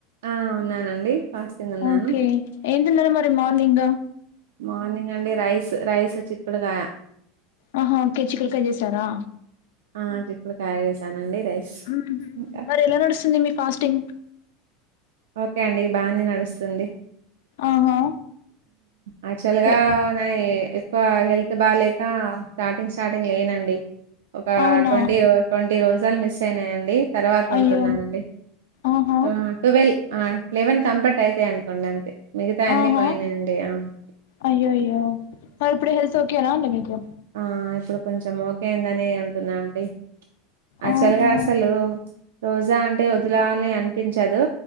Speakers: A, on the right; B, on the left.
A: ఆ ఉన్నానండి ఫాస్టింగ్ ఉన్నాను
B: ఓకే ఏం తిన్నారా మరి మార్నింగ్
A: మార్నింగ్ అండి రైస్ రైస్ చిక్కుడుకాయ
B: ఆహా కే చికుడుకాయ చేసారా
A: ఆ చికుడు కాయ చేసానండి రైస్
B: ఆహా
A: ఇంకా
B: మరి ఎలా నడుస్తుంది అండి ఫాస్టింగ్
A: ఓకే అండి బానే నడుస్తుంది
B: ఆహా
A: యాక్చువల్ గా
B: ఎ
A: ఓ నై క్ హెల్త్ బాలేక స్టార్టింగ్ స్టార్టింగ్ లేనండి ఒక
B: అవునా
A: ట్వంటీ ట్వంటీ రోజలు మిస్ అయినాయండి తర్వాత
B: అయ్యో
A: ఉంటున్నానండి
B: ఆహా
A: ఆ ట్వెల్వ్ ఆ లెవెన్ కంప్లీట్ అయితాయి అనుకోండి అంతే మిగతా అన్ని
B: ఆహా
A: పోయినాయండి అవున్
B: అయ్యో అయ్యో మరి ఇప్పుడు హెల్త్ ఓకేనా అండి మీకు
A: ఆ ఇప్పుడు కొంచెం ఓకేందని ఉంటున్నా అండి అక్చుఅల్
B: ఆహా
A: గా అసలు రోజా అంటే వదిలాలి అనిపించదు